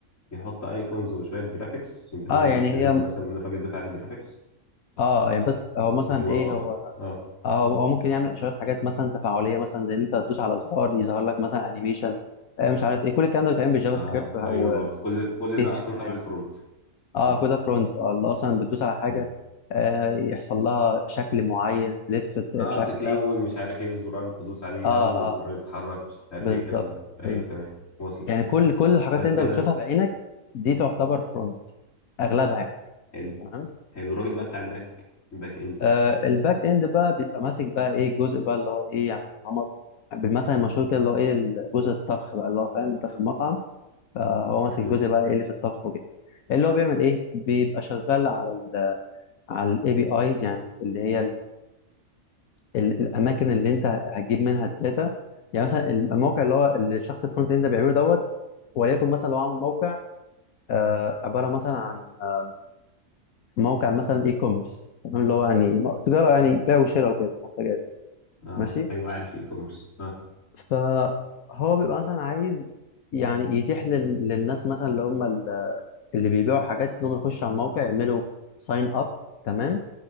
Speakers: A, on the left; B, on the left.
A: يحط ايكونز وشويه جرافيكس هو
B: آه،
A: اللي
B: يعني
A: بيستلمها
B: هي
A: مثلا من الراجل بتاع الجرافيكس
B: اه يعني بس هو مثلا
A: ويوظفها
B: ايه هو
A: آه.
B: آه، هو هو ممكن يعمل شويه حاجات مثلا تفاعليه مثلا زي ان انت تدوس على زرار يظهر لك مثلا انيميشن مش عارف ايه كل الكلام ده بيتعمل بالجافا
A: اه
B: سكريبت او
A: ايوه برضو كل كل
B: سي
A: ده
B: اس اس
A: اصلا
B: عادي
A: تبع الفرونت
B: اه
A: اه
B: كده فرونت اه اللي اصلا بتدوس على حاجه
A: مم.
B: آه يحصل لها شكل معين تلف ت-
A: اه
B: مش عارف
A: تتلون
B: ايه
A: مش عارف ايه الزرار تدوس عليه يلون
B: اه
A: الزرار
B: اه
A: يتحرك مش عارف
B: بالظبط
A: ايه الكلام ده
B: بالظبط
A: ايوه تمام وصلت
B: يعني كل كل الحاجات
A: طيب
B: اللي انت
A: كده
B: بتشوفها بعينك دي تعتبر فرونت اغلبها يعني
A: حلو
B: تمام
A: حلو الراجل بقى بتاع الباك الباك اند
B: آه الباك اند بقى بيبقى ماسك بقى ايه الجزء بقى اللي هو ايه يعني هم بالمثل المشهور كده اللي هو ايه جزء الطبخ بقى اللي هو فاهم انت في المطعم فهو ماسك
A: مم.
B: الجزء بقى ايه اللي في الطبخ وكده اللي هو بيعمل ايه بيبقى شغال على ال على الاي بي ايز يعني اللي هي ال- الاماكن اللي انت هتجيب منها الداتا يعني مثلا الموقع اللي هو اللي الشخص الكونتنت اللي انت بيعمله دوت وليكن مثلا لو عامل موقع آه، عباره مثلا عن آه، موقع مثلا اي كوميرس تمام اللي هو يعني م- تجاره يعني بيع وشراء وكده منتجات
A: اه
B: ماشي
A: ايوه عارف الاي كوميرس اه
B: فهو بيبقى مثلا عايز يعني يتيح لل- للناس مثلا اللي هم ال- اللي بيبيعوا حاجات انهم يخشوا على الموقع يعملوا ساين اب تمام